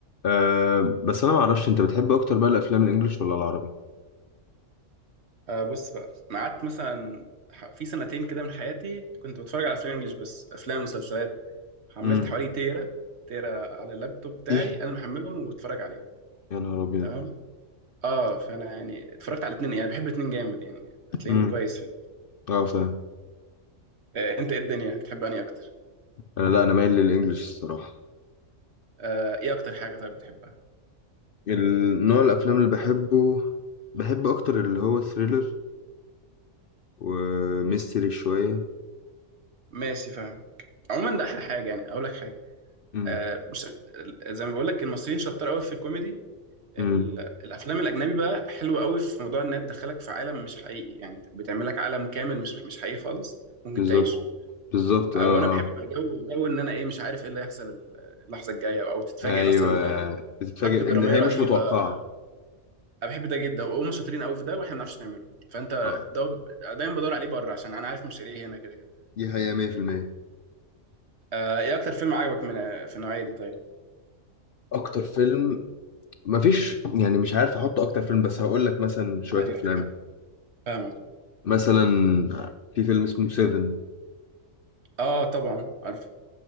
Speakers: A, on the left; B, on the right.
A: أه بس انا ما اعرفش انت بتحب اكتر بقى الافلام الانجليش ولا العربي
B: آه بص بقى انا قعدت مثلا ح- في سنتين كده من حياتي كنت بتفرج على افلام انجلش بس افلام ومسلسلات حملت
A: امم
B: حوالي تيرا تيرا على اللابتوب بتاعي
A: ايه
B: انا محملهم وبتفرج عليهم
A: يا نهار ابيض
B: تمام اه فانا يعني اتفرجت على الاثنين يعني بحب الاثنين جامد يعني هتلاقيني
A: امم
B: كويس في ال-
A: اه فاهم
B: آه انت ايه الدنيا بتحب انهي اكتر
A: انا لا انا مايل للانجليش الصراحه
B: آه ايه اكتر حاجه طيب بتحبها
A: النوع الافلام اللي بحبه بحب اكتر اللي هو ثريلر وميستري شويه
B: ماشي فاهم عموما ده احلى حاجه يعني اقول لك حاجه
A: امم
B: آه مش زي ما بقول لك المصريين شطار قوي في الكوميدي ال...
A: امم
B: الافلام الاجنبي بقى حلوه قوي في موضوع انها تدخلك في عالم مش حقيقي يعني بتعمل لك عالم كامل مش مش حقيقي خالص ممكن
A: بالظبط
B: تعيشه
A: بالظبط
B: آه،
A: اه
B: وانا بحب
A: اه
B: جو جو ان انا ايه مش عارف ايه اللي هيحصل اللحظه الجايه او تتفاجئ
A: ايوه
B: مثلا
A: بتتفاجئ
B: بحبكه دراميه
A: النهايه
B: رهيبه
A: مش متوقعه
B: فاهم انا بحب ده جدا وهم شاطرين قوي في ده واحنا ما بنعرفش نعمله فانت
A: اه
B: ده دايما بدور عليه بره عشان انا عارف مش ايه هنا كده كده
A: دي حقيقه 100%
B: آه، ايه اكتر فيلم عجبك من في النوعيه دي طيب
A: اكتر فيلم مفيش يعني مش عارف احط اكتر فيلم بس هقول لك مثلا شويه
B: ايوه
A: افلام
B: فاهمك فاهمك
A: مثلا في فيلم اسمه سيفن
B: اه طبعا عارف